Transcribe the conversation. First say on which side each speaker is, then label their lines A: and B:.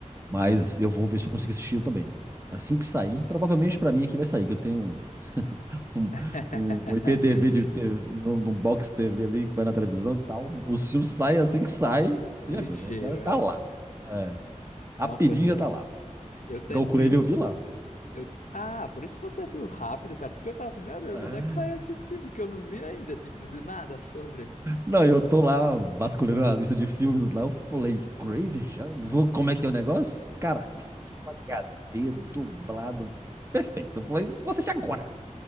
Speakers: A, on the right; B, on the left.
A: Mas
B: Sim,
A: eu
B: sim.
A: vou ver se eu consigo assistir ele também. Assim que sair, provavelmente pra mim aqui vai sair, que eu tenho um,
B: <laughs>
A: um, um IPTV de, te- num, num box TV ali que vai na televisão e tal. Os filmes saem assim que sai,
B: S-
A: você
B: Ligeiro,
A: já viu, né? Já tá
B: hein?
A: lá. É, rapidinho
B: Não, pois é.
A: já tá lá.
B: Eu tento
A: Golcurave
B: ir nos.
A: eu vi lá.
B: Eu... Ah, por isso que você viu rápido, cara. Porque eu tava assim, meu Deus,
A: É.
B: onde é que saiu esse filme que eu não vi ainda? Tipo, de nada sobre.
A: Não, eu tô lá vasculhando a lista de filmes lá. Eu falei, Craven já? Vou- Como é que é o negócio? Cara, Full HD dublado perfeito. Eu falei, vou assistir agora.